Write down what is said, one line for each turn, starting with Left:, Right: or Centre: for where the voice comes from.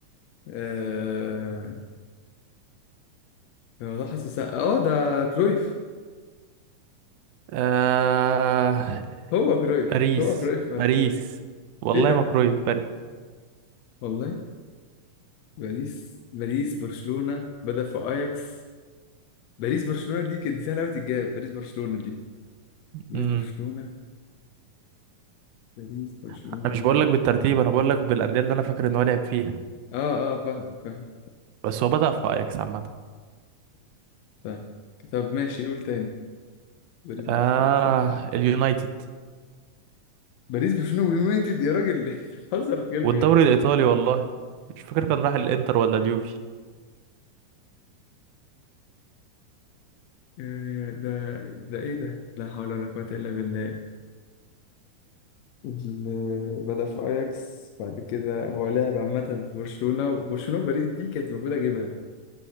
Left: آه هو ده حاسس اه ده كرويف
Right: آه
Left: هو كرويف
Right: باريس
Left: هو كرويف ما
Right: باريس
Left: ت-
Right: والله
Left: ايه ده
Right: ما كرويف
Left: يا-
Right: باريس
Left: والله باريس باريس برشلونة بدأ في اياكس باريس برشلونة دي كانت دي سهلة قوي تتجاب باريس برشلونة دي باريس
Right: امم
Left: برشلونة باريس برشلونة
Right: انا مش بقول لك بالترتيب انا بقول لك بالانديه اللي انا فاكر ان هو لعب فيها
Left: اه اه فاهم فاهم
Right: بس هو بدأ في اياكس عامه
Left: فاهم طب ماشي قول تاني باريس برشلونة
Right: اه
Left: سهلة
Right: اليونايتد
Left: باريس برشلونة واليونايتد يا راجل <laughs> بتهزر بتتكلم
Right: والدوري
Left: بجد
Right: الايطالي والله مش فاكر كان راح الانتر ولا اليوفي
Left: آه، ده ده ايه ده لا حول ولا قوة الا بالله ال- بدأ في اياكس بعد كده هو لاعب عامة في برشلونة برشلونة وباريس دي كانت المفروض اجيبها